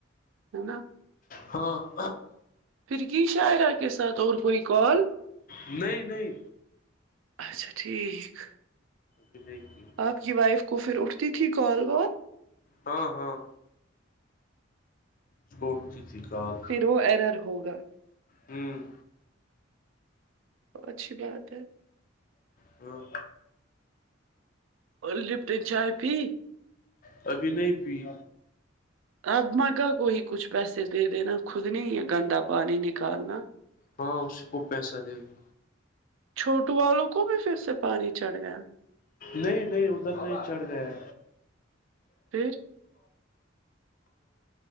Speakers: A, on the right (about 70°); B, on the left (about 40°).
A: ہے نا
B: ہاں
A: پھر کی شاعرہ کے ساتھ اور کوئی کال
B: نہیں نہیں
A: اچھا ٹھیک
B: ایکیک دیکے <unintelligible>
A: آپ کی وائف کو پھر اٹھتی تھی کال وال
B: ہاں ہاں اس کووٹ کی تھی کال
A: پھر وہ ایرر ہوگا
B: ہوں
A: اچھی بات ہے
B: ہوں
A: اور لفٹ این چاہ پی
B: کبھی نہیں پی
A: آب مگا کو کچھ پیسے دے دین خود نہیں گند پانی نکالنا
B: ہاں اسی کو پیسہ دے گی
A: چھوٹو والوں کو بھی پھر سے پانی چڑھ گیا
B: نہیں نہیں ادھر نہیں چڑھ گیا
A: پی <unintelligible>